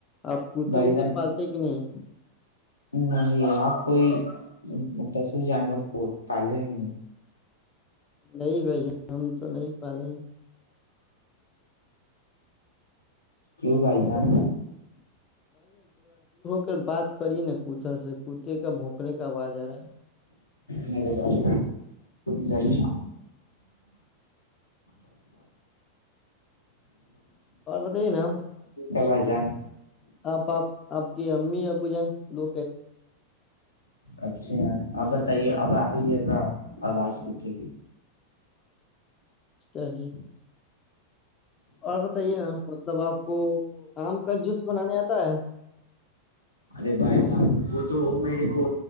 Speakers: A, on the left; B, on the left.
A: آپ پت
B: بھائی
A: اتے
B: جان
A: پالتے کہ نہیں
B: نہیں آپ کوئی پشو جانور پالے ہیں کہ نہیں
A: نہیں بھ جان ہم تو نہیں پالے
B: کیوں بھائی جان
A: ا بات کریے نا کتھا سے کوتے کا بھونکنے کا آواز آ رہا ہے
B: م با رک جاہ گے
A: اور بتائیے نا ہم
B: ا ب جا
A: آپ آپ آپ کی ہم آ پ ج لو
B: اچھا ا بتائیے اب آ رہی ہے اا آواز کے کی
A: چ جی اور بتائیے نا مطلب آپ کو کام کا جوس بنانے آتا ہے
B: ارے بائیس وہ تو میرے کو